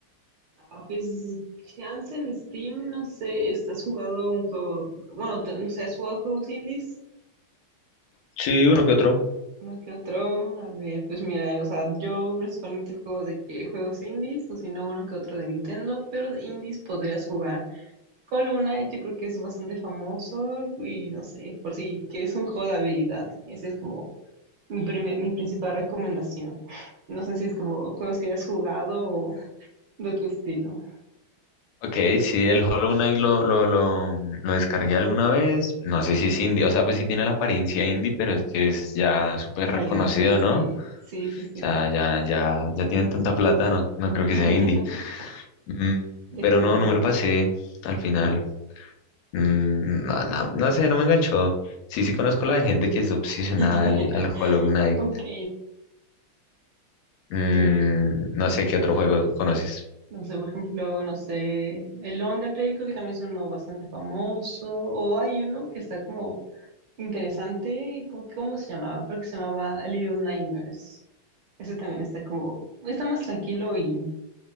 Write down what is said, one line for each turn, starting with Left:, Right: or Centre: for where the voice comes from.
Right: Ah, pues, chance en Steam, no sé, ¿estás jugando un juego? Bueno, te- no sé, ¿has jugado juegos indies?
Left: Sí, uno que otro.
Right: Uno que otro, a ver, pues mira, o sea, yo principalmente juego de que juegos indies, o si no, uno que otro de Nintendo, pero de indies podrías jugar. Hollow Knight yo creo que es bastante famoso y no sé, por si que es un juego de habilidad. Ese es como mi, prime- mi principal recomendación. <laughs> No sé si es como juegos que hayas jugado o de tu estilo.
Left: Ok, sí, el Hollow Knight lo, lo, lo, lo descargué alguna vez. No sé si es indie, o sea, pues sí tiene la apariencia indie, pero es que es ya súper
Right: Calidad,
Left: reconocido,
Right: sí,
Left: ¿no? O
Right: sí, sí, sí.
Left: sea, ya, ya, ya tienen tanta plata, no, no creo que
Right: <laughs>
Left: sea indie. Mm,
Right: Ya
Left: pero
Right: cambió.
Left: no, no me lo pasé al final. Mm, no, no, no sé, no me enganchó. Sí, sí conozco la de gente que es obsesionada
Right: <laughs>
Left: al, al Hollow Knight.
Right: Ok,
Left: Mm,
Right: sí,
Left: no
Right: a
Left: sé
Right: ver.
Left: qué otro juego conoces.
Right: No sé, por ejemplo, no sé, el Undertale creo que también es uno bastante famoso. O hay uno que está como Interesante. ¿Cómo, cómo se llamaba? Creo que se llamaba Little Nightmares. Ese también está como, está más tranquilo y